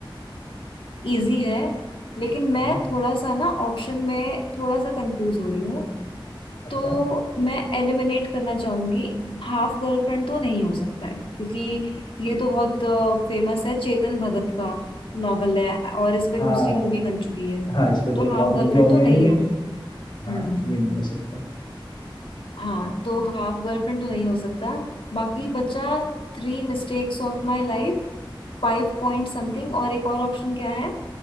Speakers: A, on the left; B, on the left.
A: इजी है लेकिन मैं
B: लाइफ
A: थोड़ा सा ना ऑप्शन में थोड़ा सा कंफ्यूज हो रही हूँ
B: अच्छा
A: तो मैं एलिमिनेट करना चाहूंगी हाफ गर्लफ्रेंड तो नहीं हो सकता है क्योंकि ये तो बहुत फेमस है चेतन भगत का नॉवेल है और इस पे दूसरी
B: हाँ
A: मूवी बन चुकी है
B: हाँ इस पे तो
A: तो
B: एक
A: हाफ
B: और मूवी
A: गर्लफ्रेंड
B: ऑलरेडी
A: तो नहीं
B: है
A: होगा
B: हाँ
A: हम्म
B: ये नहीं हो सकता
A: हाँ तो हाफ गर्लफ्रेंड तो नहीं हो सकता बाकी बचा three mistakes of my life five point something और एक और ऑप्शन क्या है